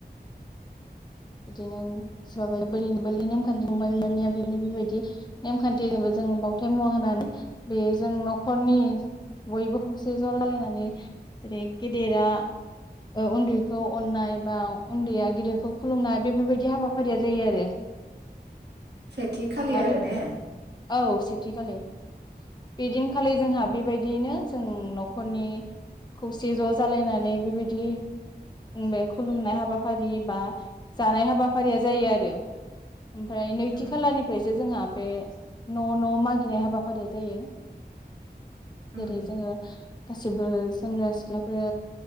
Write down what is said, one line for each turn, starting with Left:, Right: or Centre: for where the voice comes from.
Left: बिदिनो सोरबाया बोरिनि बोरलि नेमखान्थिबाय बिबारनिया बिनो बेबायदि नेमखान्थि जेनेबा जों बावथाय मुवा होनानै बे जों न'खरनि बयबो खौसे ज' लालायनानै जेरै गेदेरा उन्दैखौ अननाय बा उन्दैया गेदेरखौ खुलुमनाय बेफोरबायदि हाबाफारिया जायो आरो
Right: सेथि खालि
Left: आ
Right: आरो
Left: बे
Right: ने
Left: औ सेथिखालि बिदिनखालि जोंहा
Right: उम
Left: बेबायदियैनो जों न'खरनि खौसे ज' जालायनानै बेबायदि बि बे खुलुमनाय हाबाफारि बा जानाय हाबाफारिया जायो आरो ओमफ्राय नैथि
Right: उम
Left: खालारनिफ्रायसो जोंहा बे न' न' मागिनाय हाबाफारिया जायो जेरै
Right: उम
Left: जोङो गासिबो सेंग्रा सिख्लाफोर